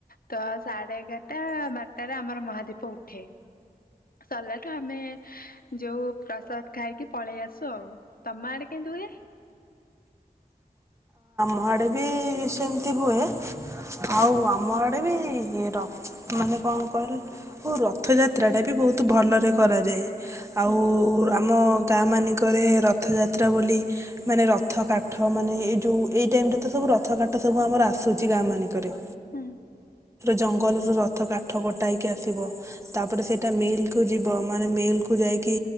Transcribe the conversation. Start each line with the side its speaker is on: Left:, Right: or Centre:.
Left: ତ ସାଢେ ଏଗାର ଟା ବାରଟାରେ ଆମର ମହାଦୀପ ଉଠେ ସରିଲାଠୁ ଆମେ ଯୋଉ ପ୍ରସାଦ ଖାଇକି ପଳେଇ ଆସୁ ଆଉ ତମ ଆଡେ କେମିତି ହୁଏ?
Right: ଆମଆଡେ ବି ସେମିତି ହୁଏ।
Left: ହୁଁ
Right: ଆଉ ଆମର ଗୋଟେ ବି ଏ ର ମାନେ କଣ କରେ ଓ ରଥଯାତ୍ରାଟା ବି ବହୁତ ଭଲରେ କରାଯାଏ। ଆଉ
Left: ହୁଁ
Right: ଆମ ଗାଁ ମାନଙ୍କରେ ରଥଯାତ୍ରା ବୋଲି ମାନେ ରଥ କାଠ ମାନେ ଏ ଯୋଉ ଏ ଟାଇମ ରେ ତ ସବୁ ରଥ କାଠ ସବୁ ଆମର ଆସୁଛି ଗାଁ ମାନଙ୍କରେ।
Left: ହୁଁ
Right: ଜଙ୍ଗଲ ର ରଥ କାଠ କଟା ହେଇକି ଆସିବ ତାପରେ ସେଇଟା ମିଲ କୁ ଯିବ ମାନେ ମିଲ୍ କୁ ଯାଇକି